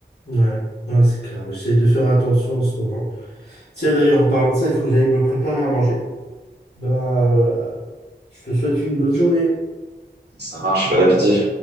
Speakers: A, on the left (about 70°); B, on the right (about 70°).
A: Ouais, ouais, c'est clair. Ouais, J'essaie de faire attention en ce moment. Tiens, d'ailleurs, en parlant de ça, il faut que j'aille me préparer à manger. Bah, euh, je te souhaite une bonne journée.
B: Ça marche, bon appétit.